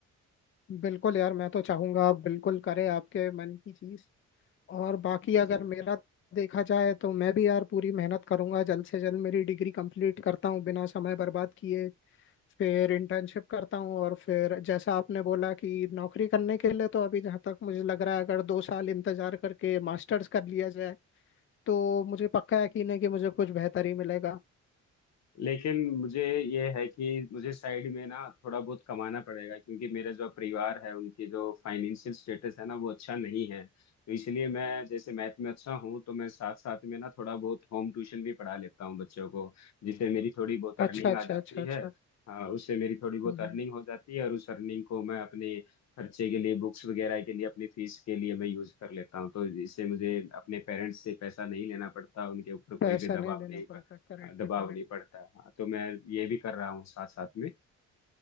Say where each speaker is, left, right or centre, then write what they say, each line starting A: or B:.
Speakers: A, on the left; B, on the left.
A: बिल्कुल यार मैं तो चाहूंगा आप बिल्कुल करें आपके मन की चीज और बाकी
B: जी
A: अगर
B: जी
A: मेरा देखा जाए तो मैं भी यार पूरी मेहनत करूंगा जल्द से जल्द मेरी डिग्री कंप्लीट करता हूँ बिना समय बर्बाद किए फिर इंटर्नशिप करता हूँ और फिर जैसा आपने बोला कि नौकरी करने के लिए तो अभी जहाँ तक मुझे लग रहा है अगर दो साल इंतजार करके मास्टर्स कर लिया जाए तो मुझे पक्का यकीन है कि मुझे कुछ बेहतर ही मिलेगा
B: लेकिन मुझे ये है कि मुझे साइड में ना थोड़ा बहुत कमाना पड़ेगा क्योंकि मेरा जो परिवार है उनकी जो फाइनेंशियल स्टेटस है ना वो अच्छा नहीं है तो इसलिए मैं जैसे मैथ में अच्छा हूँ तो मैं साथ साथ में ना थोड़ा बहुत होम ट्यूशन भी पढ़ा लेता हूँ बच्चों को जिससे मेरी थोड़ी बहुत अर्निंग
A: अच्छा अच्छा
B: आ जाती
A: अच्छा अच्छा
B: है हाँ उससे मेरी थोड़ी बहुत
A: हम्म
B: अर्निंग
A: हम्म।
B: हो जाती है और उस अर्निंग को मैं अपने खर्चे के लिए बुक्स वगैरह के लिए अपनी फीस के लिए मैं यूज कर लेता हूँ तो इससे मुझे अपने पेरेंट्स से पैसा नहीं लेना पड़ता उनके ऊपर कोई
A: पैसा
B: भी दबाव
A: नहीं देना
B: नहीं
A: पड़ता करेक्ट
B: दबाव
A: करेक्ट।
B: नहीं पड़ता हाँ, तो मैं ये भी कर रहा हूँ साथ साथ में